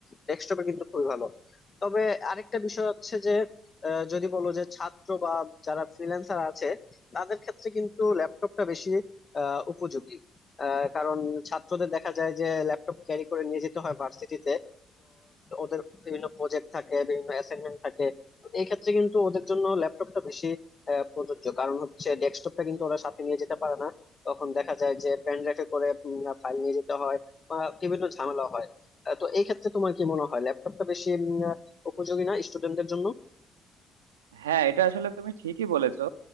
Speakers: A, on the left (about 35°); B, on the right (about 80°).
A: ডেস্কটপে কিন্তু খুবই ভালো তবে আরেকটা বিষয় হচ্ছে যে আহ, যদি বলো যে ছাত্র বা যারা ফ্রিল্যান্সার আছে তাদের ক্ষেত্রে কিন্তু ল্যাপটপটা বেশি আহ, উপযোগী আহ, কারণ ছাত্রদের দেখা যায় যে ল্যাপটপ ক্যারি করে নিয়ে যেতে হয় ভার্সিটিতে ওদের বিভিন্ন প্রজেক্ট থাকে বিভিন্ন অ্যাসাইনমেন্ট থাকে তো এই ক্ষেত্রে কিন্তু ওদের জন্য ল্যাপটপটা বেশি আহ, প্রযোজ্য কারণ হচ্ছে ডেস্কটপটা কিন্তু ওরা সাথে নিয়ে যেতে পারে না তখন দেখা যায় যে পেন ড্রাইভে করে ফাইল নিয়ে যেতে হয় বা বিভিন্ন ঝামেলা হয় আহ, তো এই ক্ষেত্রে তোমার কি মনে হয় ল্যাপটপটা বেশি উম, আহ, উপযোগী না স্টুডেন্টদের জন্য
B: হ্যাঁ এটা আসলে তুমি ঠিকই বলেছো